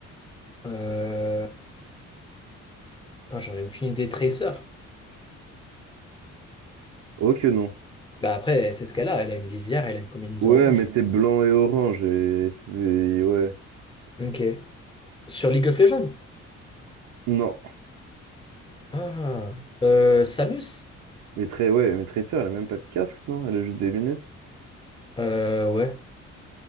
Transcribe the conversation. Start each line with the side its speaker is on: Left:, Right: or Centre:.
Left: Euh, ah, j'en ai aucune idée. Tracer.
Right: Oh que non.
Left: Bah après, c'est ce qu'elle a. Elle a une visière, elle a une combinaison
Right: Ouais,
Left: orange.
Right: mais c'est blanc et orange et c'est... Ouais.
Left: Ok. Sur League of Legends.
Right: Non.
Left: Ah. Euh, Samus.
Right: Mais très... Ouais, mais Tracer, elle a même pas de casque, non? Elle a juste des lunettes.
Left: Euh, ouais.